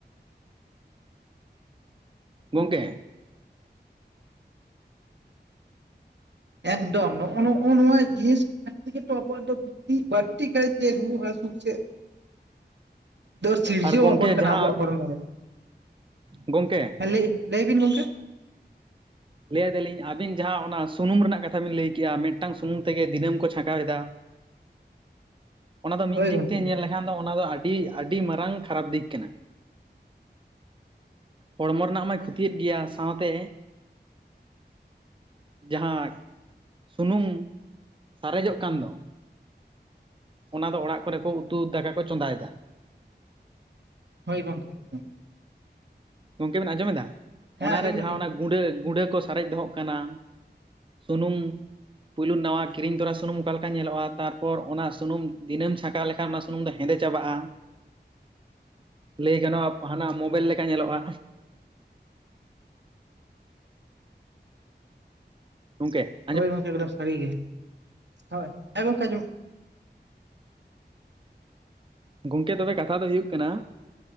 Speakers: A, on the right; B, on the right.
A: <inaudible>
B: ᱜᱚᱝᱠᱮ
A: ᱮᱠᱫᱚᱢ ᱱᱚᱜ-ᱚ ᱱᱚᱜ-ᱚ ᱱᱚᱣᱟ ᱡᱤᱱᱤᱥ ᱠᱚ ᱠᱷᱟᱹᱛᱤᱨ ᱛᱮ ᱜᱮᱛᱚ ᱟᱵᱚᱣᱟᱜ ᱫᱚ ᱤᱧᱟᱜ ᱵᱟᱲᱛᱤ ᱠᱷᱟᱭ ᱛᱮ ᱧᱩ ᱦᱟᱥᱩ ᱥᱮ ᱫᱚ ᱥᱤᱨᱡᱟᱹᱣ
B: ᱟᱨ ᱜᱚᱝᱠᱮ
A: ᱟᱵᱚᱱ ᱠᱟᱱᱟ
B: ᱡᱟᱦᱟᱸ
A: ᱟᱵᱚᱣᱟᱜ ᱦᱚᱲᱢᱚ ᱨᱮ <unintelligible>
B: ᱜᱚᱝᱠᱮ
A: ᱞᱟᱹᱭ ᱵᱤᱱ ᱜᱚᱝᱠᱮ᱾
B: ᱞᱟᱹᱭ ᱟᱫᱟᱞᱤᱧ ᱟᱵᱤᱱ ᱡᱟᱦᱟᱸ ᱚᱱᱟ ᱥᱩᱱᱩᱢ ᱨᱮᱱᱟᱜ ᱠᱟᱛᱷᱟ ᱵᱤᱱ ᱞᱟᱹᱭ ᱠᱮᱟ ᱢᱤᱫᱴᱟᱝ ᱥᱩᱱᱩᱢ ᱛᱮᱜᱮ ᱫᱤᱱᱟᱹᱢ ᱠᱚ ᱪᱷᱟᱠᱟᱣ ᱮᱫᱟ
A: <inaudible>
B: ᱚᱱᱟ ᱫᱚ ᱢᱤᱫ
A: ᱦᱳᱭ ᱜᱚᱝᱠᱮ
B: ᱫᱤᱠ ᱛᱮ ᱧᱮᱞ ᱞᱮᱠᱷᱟᱱ ᱫᱚ ᱚᱱᱟ ᱫᱚ ᱟᱹᱰᱤ ᱟᱹᱰᱤ ᱢᱟᱨᱟᱝ ᱠᱷᱟᱨᱟᱯ ᱫᱤᱠ ᱠᱟᱱᱟ ᱦᱚᱲᱢᱚ ᱨᱮᱱᱟᱜ ᱢᱟᱭ ᱠᱷᱚᱛᱤᱭᱮᱫ ᱜᱮᱭᱟ ᱥᱟᱶᱛᱮ ᱡᱟᱦᱟᱸ ᱥᱩᱱᱩᱢ ᱥᱟᱨᱮᱡᱚᱜ ᱠᱟᱱ ᱫᱚ ᱚᱱᱟ ᱫᱚ ᱚᱲᱟᱜ ᱠᱚᱨᱮ ᱠᱚ ᱩᱛᱩ ᱫᱟᱠᱟ ᱠᱚ ᱪᱚᱸᱫᱟᱭᱮᱫᱟ
A: ᱦᱳᱭ ᱜᱚᱢᱠᱮ ᱦᱩ
B: ᱜᱚᱝᱠᱮ ᱵᱮᱱ ᱟᱸᱡᱚᱢᱮᱫᱟ
A: ᱦᱮᱸ
B: ᱚᱱᱟᱨᱮ
A: ᱟᱸᱡᱚᱢ ᱫᱟᱞᱤᱧ
B: ᱡᱟᱦᱟᱸ
A: ᱜᱚᱝᱠᱮ᱾
B: ᱚᱱᱟ ᱜᱩᱸᱰᱟᱹ ᱜᱩᱸᱰᱟᱹ ᱠᱚ ᱥᱟᱨᱮᱡ ᱫᱚᱦᱚᱜ ᱠᱟᱱᱟ ᱥᱩᱱᱩᱢ ᱯᱩᱭᱞᱩ ᱱᱟᱣᱟ ᱠᱤᱨᱤᱧ ᱛᱚᱨᱟ ᱥᱩᱱᱩᱢ ᱚᱠᱟ ᱞᱮᱠᱟ ᱧᱮᱞᱚᱜ-ᱟ ᱛᱟᱨᱯᱚᱨ ᱚᱱᱟ ᱥᱩᱱᱩᱢ ᱫᱤᱱᱟᱹᱢ ᱪᱷᱟᱸᱠᱟᱣ ᱞᱮᱠᱷᱟᱱ ᱚᱱᱟ ᱥᱩᱱᱩᱢ ᱫᱚ ᱦᱮᱸᱫᱮ ᱪᱟᱵᱟᱜ-ᱟ ᱞᱟᱹᱭ ᱜᱟᱱᱚᱜ-ᱟ ᱦᱟᱱᱟ ᱢᱳᱵᱮᱞ ᱞᱮᱠᱟ ᱧᱮᱞᱚᱜ-ᱟ ᱜᱚᱢᱠᱮ
A: ᱦᱳᱭ ᱜᱚᱝᱠᱮ ᱮᱠᱚᱢ ᱥᱟᱹᱲᱤ ᱜᱮ ᱦᱳᱭ ᱦᱳᱭ ᱜᱚᱝᱠᱮ ᱟᱡᱚᱢᱚᱜ
B: ᱜᱚᱝᱠᱮ ᱛᱚᱵᱮ ᱠᱟᱛᱷᱟ ᱫᱚ ᱦᱩᱭᱩᱜ ᱠᱟᱱᱟ